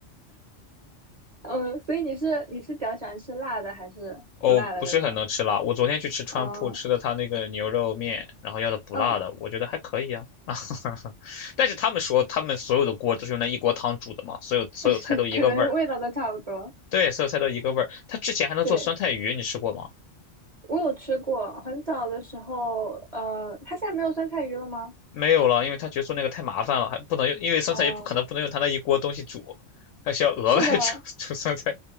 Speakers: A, on the right; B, on the left.
A: 嗯，所以你是你是比较喜欢吃辣的还是不辣的那种？
B: 哦，不是很能吃辣。我昨天去吃川普，
A: 嗯
B: 吃的他那个牛肉面，然后要的不辣的，
A: 嗯，
B: 我觉得还可以啊。<laughs> 但是他们说他们所有的锅都是用那一锅汤煮的嘛，所有所有菜都一个味儿。
A: <laughs> 是，可能味道都差不多。
B: 对，所有菜都一个味儿。他之前还能做酸菜鱼，
A: 对，
B: 你吃过吗？
A: 我有吃过，很早的时候，呃，它现在没有酸菜鱼了吗？
B: 没有了，因为他觉得做那个太麻烦了，还不能用，因为酸菜也不可能不能用他那一锅东西煮，
A: 哦。
B: 他需要额外
A: 是的，
B: <laughs> 煮煮酸菜。